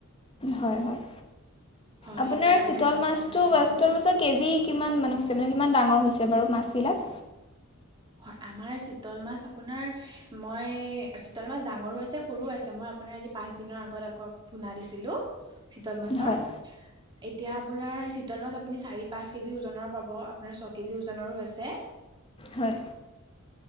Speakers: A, on the left (about 25°); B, on the right (about 20°).
A: হয় হয়
B: হয়
A: আপোনাৰ
B: সেইটো কাৰণে
A: চিতল
B: মই আপোনাক
A: মাছতটো
B: বাৰু কোৱা
A: চিতল
B: নাই
A: মাছৰ কেজি কিমান মান মানে কিমান ডাঙৰ হৈছে বাৰু মাছবিলাক
B: হয় আমাৰ চিতল মাছ আপোনাৰ মই চিতল মাছ ডাঙৰো আছে সৰু আছে মই আপোনাৰ মই পাঁচদিনৰ আগত আকৌ পোনা দিছিলো চিতল মাছৰ
A: হয়
B: এতিয়া আপোনাৰ চিতল মাছ আপুনি চাৰি পাঁচ কেজি ওজনৰ পাব আপোনাৰ ছয় কেজি ওজনৰো আছে <unintelligible>
A: হয়